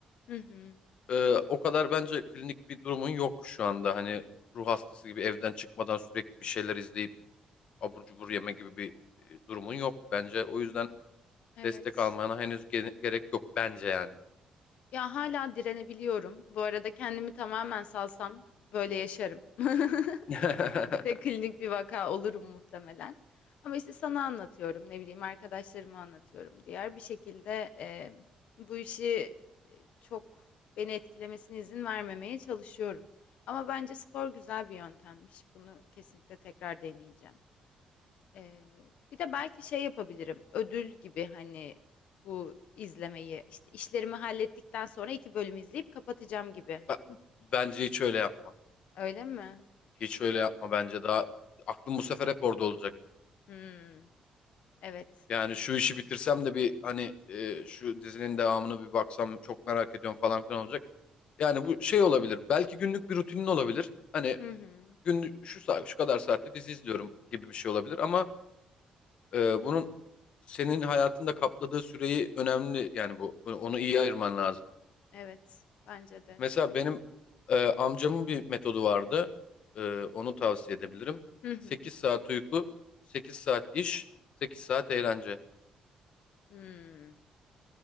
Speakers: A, on the left; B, on the left.
A: Hı hı.
B: e, o kadar bence klinik bir durumun yok şu anda. Hani ruh hastası gibi evden çıkmadan sürekli bir şeyler izleyip abur cubur yeme gibi bir e, durumun yok bence. O yüzden
A: Evet.
B: destek almana henüz ge- gerek yok bence yani.
A: Ya hala direnebiliyorum. Bu arada kendimi tamamen salsam böyle yaşarım. <laughs>
B: <laughs>
A: Ve klinik bir vaka olurum muhtemelen. Ama işte sana anlatıyorum, ne bileyim arkadaşlarıma anlatıyorum. Diğer bir şekilde e, bu işi çok beni etkilemesine izin vermemeye çalışıyorum. Ama bence spor güzel bir yöntemmiş. Bunu kesinlikle tekrar deneyeceğim. Ee, bir de belki şey yapabilirim. Ödül gibi hani bu izlemeyi işte işlerimi hallettikten sonra iki bölüm izleyip kapatacağım gibi.
B: Ben- bence hiç öyle yapma.
A: Öyle mi?
B: Hiç öyle yapma bence daha. Aklım bu sefer hep orada olacak.
A: Hmm, evet.
B: Yani şu işi bitirsem de bir hani e, şu dizinin devamını bir baksam çok merak ediyorum falan filan olacak. Yani bu şey olabilir. Belki günlük bir rutinin olabilir. Hani
A: Hı hı.
B: günlük şu saat şu kadar saatte dizi izliyorum gibi bir şey olabilir ama e, bunun senin hayatında kapladığı süreyi önemli yani bu onu iyi ayırman lazım.
A: Evet, bence de.
B: Mesela benim e, amcamın bir metodu vardı. E, onu tavsiye edebilirim.
A: Hı hı.
B: 8 saat uyku, 8 saat iş, 8 saat eğlence.
A: Hmm.